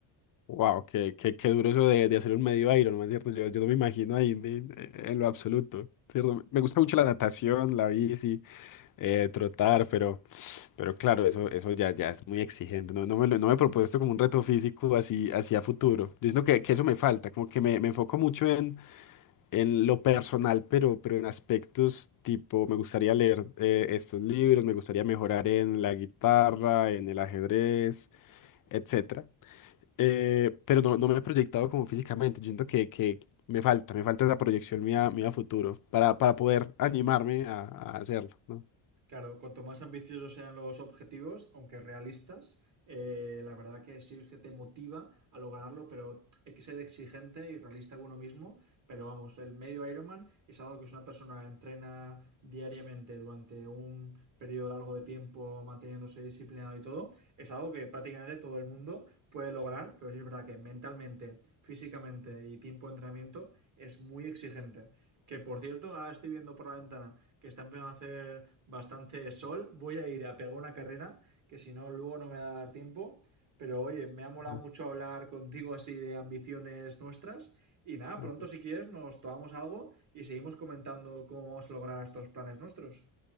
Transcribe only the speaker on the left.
Wow, qué, qué, qué duro eso de, de hacer un medio Ironman, ¿cierto? Yo, yo no me imagino ahí ni- en lo absoluto, ¿cierto? Me gusta mucho la natación, la bici, eh, trotar, pero... Pero claro, eso, eso ya, ya es muy exigente. No, no me, lo- no me he propuesto como un reto físico así, así a futuro. Yo siento que, que eso me falta, como que me, me enfoco mucho en, en lo personal, pero, pero en aspectos tipo, me gustaría leer eh, estos libros, me gustaría mejorar en la guitarra, en el ajedrez, etcétera. Eh, pero no, no me he proyectado como físicamente. Yo siento que, que me falta, me falta esa proyección mía, mía a futuro para, para poder animarme a, a hacerlo, ¿no?
Ajá,
ajá.